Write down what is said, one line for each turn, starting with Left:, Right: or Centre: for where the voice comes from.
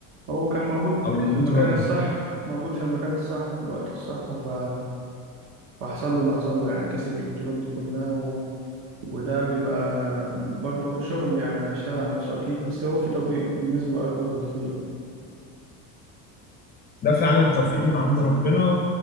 Right: هو كان موجود
Left: أو للبطولات
Right: في المكان الصح
Left: دي
Right: موجود في المكان الصح وفي الوقت الصح ف... فحصل له اللي حصل له يعني كسب البطولات دي كلها و... وده بيبقى برضه شغل يعني هيشتغل على نفسه أكيد بس هو في توفيق بنسبة أكبر بكتير
Left: ده فعلا توفيق من عند ربنا